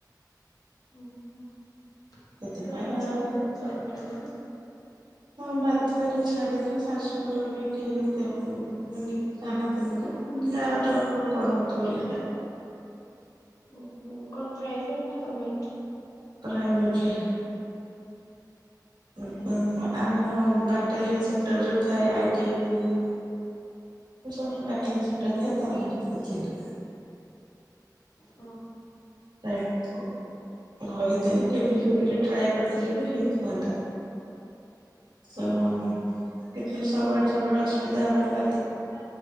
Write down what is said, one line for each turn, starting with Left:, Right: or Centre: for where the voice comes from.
Left: ଓହୋ ତ
Right: ସେଥିପାଇଁ
Left: ପୁରା ପୁଣ
Right: ଆଉ
Left: ଛାଡିଦେଲେ
Right: କେ
Left: ଜବ ଟାକୁ?
Right: ହଁ ବାଧ୍ୟରେ ଛାଡିଲି, ଶାଶୁଘର ବି ଟିକେ ସେତ ଆ ମାନେ ଚାହାନ୍ତିନି ନା। ଆଉ ଜବ ଫବ୍ କରନ୍ତୁ ବୋଲି କା
Left: ଓହୋ କଣ ପ୍ରାଇଭେଟ ନା ଗଭର୍ମେଣ୍ଟ?
Right: ପ୍ରାଇଭେଟରେ ଆମ ହଁ ବାଟାଲିୟନ ସେତେବେଳକୁ ଯୋଉ ଥାଏ ଆଇଟି ବି ଉଁ ଏମିତି ସବୁ <unintelligible> ଥାଏ ତାହା ବି <unintelligible>
Left: ଓ।
Right: ଣ କହିଥିଲେ କେବି ଫେବି ରେ ଟ୍ରାଇ କର କରିଥିଲେ ବି ହେଇଥାନ୍ତା। ତ ଟିକେ ସବୁଆଡ ସବୁଆଡେ ଅସୁବିଧା ହବାରୁ
Left: ଓ